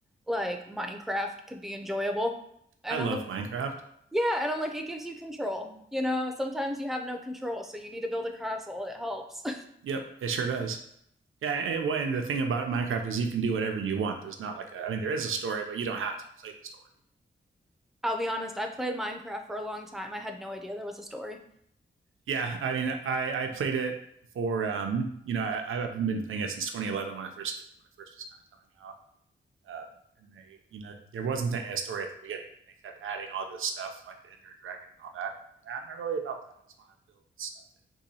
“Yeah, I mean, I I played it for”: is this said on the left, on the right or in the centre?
Right